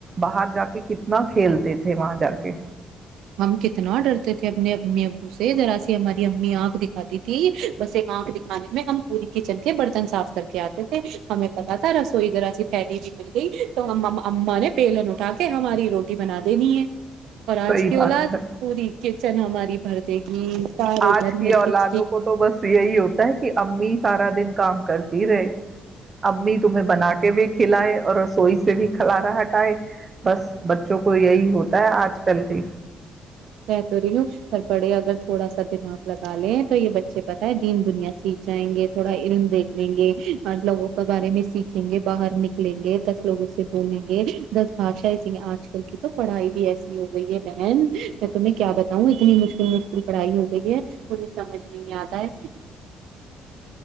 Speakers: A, on the right; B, on the right.
A: باہر جا کے کتنے نہ کھیلتے تھے وہاں جا کے
B: ہم کتنا آ ڈرتے تھے اپنے اپنے ے جرا سی ہماری امی آنکھ دکھاتی تھی بس ایک آنکھ دکھانے میں ہم پوری کچن کے برتن صاف کر کے آتے تھے ہمیں پتا تھا رسوئی ذرا سی پھیلی بھی مل گئی تو ہم اما نے پلن اٹا کے ہماری روٹی بنا دینی ہے اور
A: صحیح
B: آج کیلا
A: بات ہے
B: پوری کچن ہماری بھرتے گی سارے
A: آج
B: گھر
A: کی
B: میں
A: اولادوں
B: کچ
A: کو تو بس یہی ہوتا ہے کہ امی سارا دن کام کرتی رہے امی تمہیں بنا کے بھی کھلائے اور سوئی سے بھی کلارا ہٹائے بس بچوں کو یہی ہوتا ہے آج کل کی
B: کہ تو رہی ہوں پر بڑے اگر تھوڑا سا دماغ لگا لے تو یہ بچے پتہ ہے دین دنیا سیکھ جائیں گے تھوڑا علم دیکھ لیں گے اور لوگوں کے بارے میں سیکھیں گے باہر نکلیں گے دس لوگوں سے بولیں گے دس بھاشا ای آج کل کی تو پڑھائی بھی ایسی ہو گئی ہے بہن میں تمہیں کیا بتاؤں اتنی مشکل مشکل پڑھائی ہو گئی ہے مجھے سمجھ نہیں آتا ہے